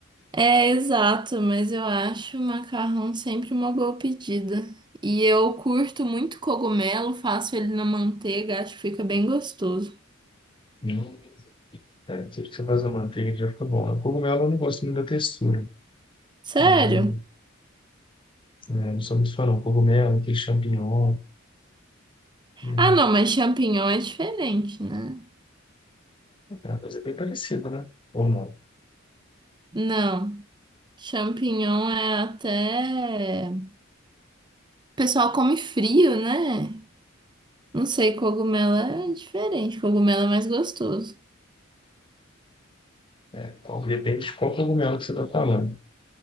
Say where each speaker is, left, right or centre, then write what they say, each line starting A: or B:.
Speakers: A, on the right; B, on the left.
A: É, exato, mas eu acho o macarrão sempre uma boa pedida. E eu curto muito cogumelo, faço ele na manteiga, acho que fica bem gostoso.
B: Hum. É, tudo que você faz na manteiga já fica bom. A cogumelo eu não gosto muito da textura.
A: Sério?
B: Eu não- né? Não sou muito fã, não. Cogumelo, aquele champignon. Hum,
A: Ah, não, mas champignon é diferente, né?
B: é uma coisa bem parecida, né? Ou não.
A: Não, champignon é até. O pessoal come frio, né? Não sei, cogumelo é diferente, cogumelo é mais gostoso.
B: É, então, depende de qual cogumelo que você está falando.